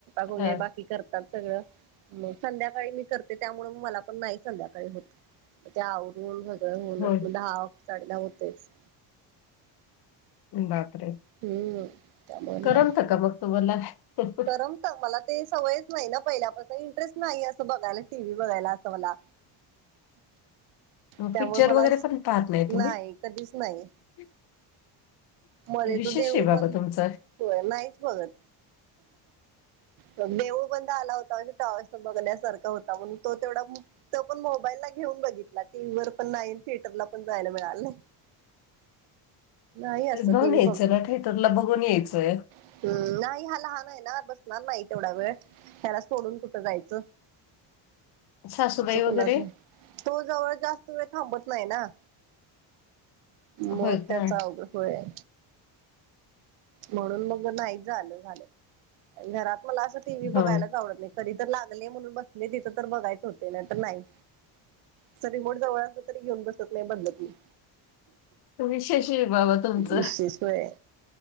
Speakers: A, on the right; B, on the left.
A: वगैरे
B: हां.
A: बाकी करतात सगळं संध्याकाळी मी करते त्यामुळे मला पण नाही संध्याकाळी होत.. ग ते आवरून सगळं होऊन
B: होय.
A: दहा साडे दहा होतेच.
B: बापरे,
A: हम्म. त्यामुळे
B: करमत
A: नाही
B: का मग तुम्हाला.
A: मला ते सवयच नाही ना, पहिल्यापास इंटरेस्ट नाही असं बघायला टीव्ही बघायला असं मला. त्यामुळे
B: पिक्चर
A: मला
B: वगैरे पण पाहत तुम्ही?
A: नाही कधीच नाही.
B: <unintelligible>
A: मध्ये
B: विशेष
A: तो देऊळ
B: आहे बाबा
A: बंद
B: तुमचं.
A: नाहीच बघत. देऊळ बंद आला होता म्हणजे, टॉवर्स बघण्यासारखा होता म्हणून तो तेवढा. तो पण मोबाईल ला घेऊन बघितला. टीव्ही वर पण नाही थिएटरला पण जायला मिळालं नाही. नाही. असं
B: जौऊन
A: टीव्ही
B: यायचं ना, थिएटरला बघून यायचंय.
A: हम. नाही हा लहान आहे ना, बसणार नाही तेवढा वेळ ह्याला सोडून कुठं जायचं.
B: सासूबाई
A: अस
B: वगैरे?
A: कुणाचं, तो जवळ जास्त वेळ थांबत नाही ना. मग
B: होय
A: त्याच
B: का?
A: अवघड होय. म्हणून मग नाहीच झालं झालं, घरात मला असं टीव्ही
B: होय.
A: बघायलाच आवडत नाही. कधी तर लागले म्हणून बसले, तिथं तर बघायच होते ना तर नाही. असं रिमोट जवळ असलं तरी, घेऊन बसत नाही बदलत नाही.
B: विशेष आहे बाबा तुमचं.
A: नाही विशेष होय